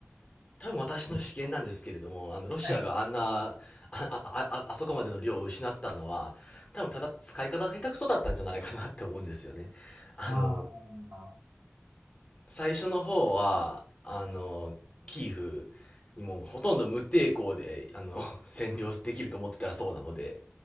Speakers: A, on the left; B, on the right.
A: 多分私の試見なんですけれども、あの、ロシアがあんな、
B: はい。
A: あ、あ、あ、あそこまでの量を失ったのは、多分ただ使い方が下手くそだったんじゃないかなって思うんですよね。あの、
B: ああ、
A: 最初の方は、あの、キーフにもほとんど無抵抗で、あの、<laughs> 占領できると思ってたらそうなので、